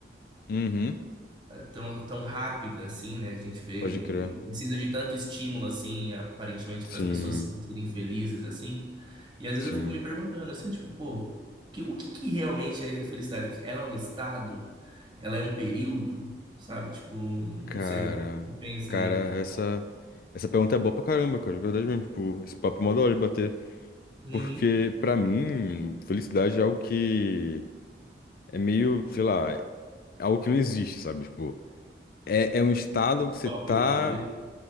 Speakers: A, on the left; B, on the right.
A: uhum,
B: eh, tão, tão rápida assim, né? A gente vê
A: pode
B: e
A: crer.
B: precisa de tanto estímulo assim, aparentemente,
A: Sim,
B: para as pessoas serem felizes assim. E às vezes
A: sim.
B: eu fico me perguntando assim, tipo, pô, que, o que que realmente é felicidade? Tipo, Ela é um estado? Ela é um período? Sabe? Tipo, não
A: Cara,
B: sei. Você Pensa
A: cara,
B: aí.
A: essa essa pergunta é boa pra caramba, cara, de verdade mesmo. Tipo, esse papo é mó da hora de bater.
B: Uhum.
A: Porque, pra mim, felicidade é algo que é meio, sei lá, é algo que não existe, sabe? Tipo, é, é um estado que você
B: Tópico,
A: tá.
B: talvez.